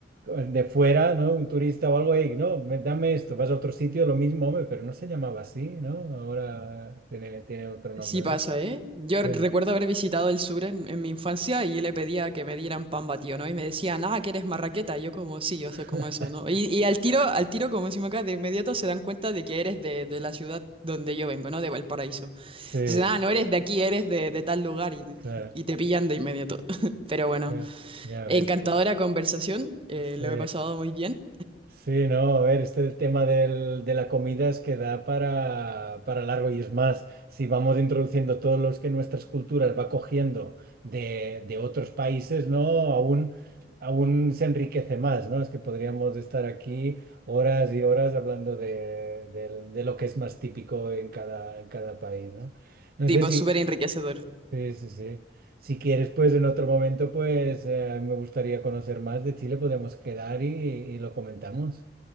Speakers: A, on the right; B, on the right.
A: de fuera, ¿no? Un turista o algo, "Ey, no, me- dame esto, vas a otro sitio, lo mismo, hombre, pero no se llamaba así, ¿no? Ahora tiene, tiene otro nombre,
B: Sí pasa,
A: ¿no?
B: ¿eh? Yo
A: Bien.
B: recuerdo haber visitado el sur en, en mi infancia y yo le pedía que me dieran pan batido, ¿no? Y me decían, ah, que eres marraqueta. Y yo como, sí, yo
A: <laughs>
B: sé como eso, ¿no? Y, y al tiro, al tiro, como decimos acá, de inmediato se dan cuenta de que eres de, de la ciudad donde yo vengo, ¿no? De Valparaíso.
A: Sí,
B: Dicen, ah, no eres de aquí, eres de, de tal lugar y,
A: claro,
B: y te pillan de inmediato. <laughs> Pero bueno,
A: claro, ya
B: encantadora
A: ves, pues,
B: conversación, eh,
A: sí.
B: lo he pasado muy bien.
A: Sí, no, a ver, este tema del- de la comida es que da para, para largo y es más, si vamos introduciendo todos los que nuestras culturas va cogiendo de, de otros países, ¿no? Aún, aún se enriquece más, ¿no? Es que podríamos estar aquí horas y horas hablando de, del- de lo que es más típico en cada, en cada país, ¿no? No
B: Tipo,
A: sé si...
B: súper enriquecedor.
A: Sí, sí, sí. Si quieres, pues en otro momento, pues eh, me gustaría conocer más de Chile, podemos quedar y y lo comentamos.